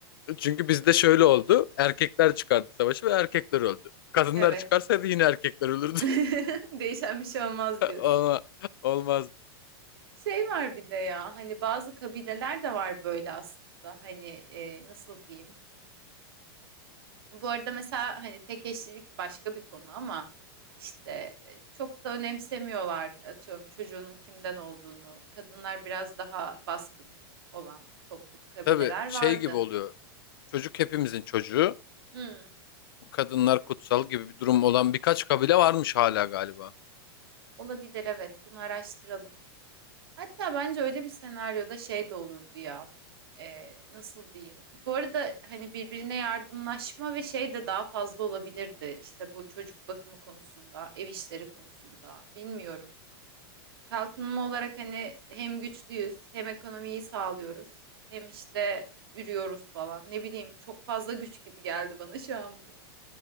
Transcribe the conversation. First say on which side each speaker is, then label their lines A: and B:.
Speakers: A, on the left; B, on the right.
A: Çünkü bizde şöyle oldu. Erkekler çıkardı savaşı ve erkekler öldü. Kadınlar
B: Evet.
A: çıkarsaydı yine erkekler ölürdü.
B: <laughs> Değişen bir şey olmaz
A: <laughs>
B: diyorsun.
A: Ama olmaz.
B: Şey var bir de ya hani bazı kabileler de var böyle aslında hani e, nasıl diyeyim. Bu arada mesela hani tek eşlilik başka bir konu ama işte e, çok da önemsemiyorlar atıyorum çocuğunun kimden olduğunu. Kadınlar biraz daha baskın olan toplum kabileler
A: Tabii şey
B: vardı.
A: gibi oluyor. Çocuk hepimizin çocuğu.
B: Hmm.
A: Kadınlar kutsal gibi bir durum olan birkaç kabile varmış hala galiba.
B: Olabilir evet bunu araştıralım. Hatta bence öyle bir senaryoda şey de olurdu ya. Ee, nasıl diyeyim? Bu arada hani birbirine yardımlaşma ve şey de daha fazla olabilirdi. İşte bu çocuk bakımı konusunda, ev işleri konusunda bilmiyorum. Kalkınma olarak hani hem güçlüyüz, hem ekonomiyi sağlıyoruz, hem işte ürüyoruz falan. Ne bileyim çok fazla güç gibi geldi bana şu an bu.